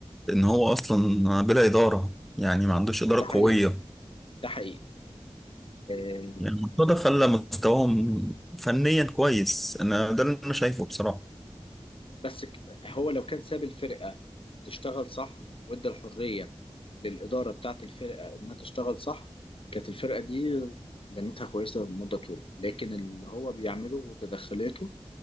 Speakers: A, in the centre; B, on the left.
A: ان هو اصلا آه، بلا اداره يعني ما عندوش اداره
B: ده حقيقي
A: قويه
B: ده حقيقي آه،
A: يعني مرتضى خلى مستواهم فنيا كويس انا ده اللي انا شايفه بصراحه
B: بس ك- هو لو كان ساب الفرقة تشتغل صح وادى الحرية للإدارة بتاعة الفرقة إنها تشتغل صح كانت الفرقة دي دنيتها كويسة لمدة طويلة لكن اللي هو بيعمله وتدخلاته